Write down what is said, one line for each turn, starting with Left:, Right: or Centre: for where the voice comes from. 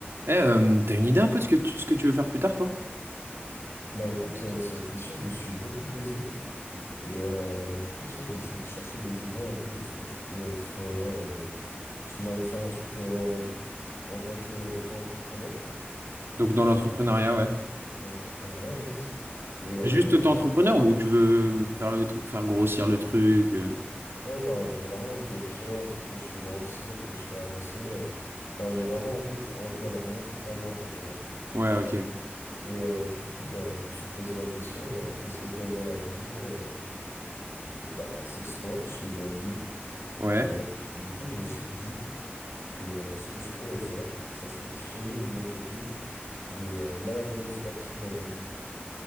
Right: Eh, euh, t'as une idée un peu de ce que tu, ce que tu veux faire plus tard, toi?
Left: Bah écoute, euh, c'est une question que je me suis beaucoup posée. Et euh, du coup, tu sais, j'ai essayé de chercher des idées un peu de ce que je pourrais faire. euh, parce que j'ai envie de faire un truc euh, en tant qu'auto-entrepreneur,
Right: Donc dans l'entrepreneuriat, ouais.
Left: dans l'entrepreneuriat, yes. Et euh,
Right: Juste auto-entrepreneur ou tu veux faire le tru- faire grossir le truc? euh
Left: non, genre, j'ai vraiment envie de créer un truc que je fais grossir, que je fais avancer. euh. Enfin, j'ai vraiment envie, envie d'avoir mon truc à moi, quoi, tu vois.
Right: Ouais, ok.
Left: Et euh, du coup, bah, je me suis posé la question, genre, qu'est-ce que t'aimes dans la vie? Euh, bah, c'est le sport, je fais du rugby.
Right: Ouais.
Left: Et euh, du coup, je me suis dit. que euh, ce que je pourrais faire, ça serait créer une entreprise de euh, management sportif dans le rugby.